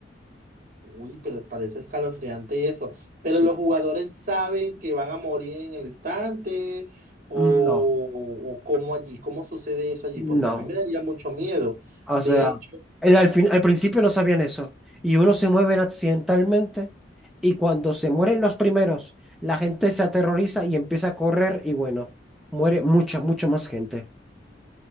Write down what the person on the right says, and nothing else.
Uy, pero parece escalofriante eso. Pero
los jugadores saben que van a morir en el instante o,
o cómo allí, cómo sucede eso allí,
porque a mí me daría mucho miedo.
De,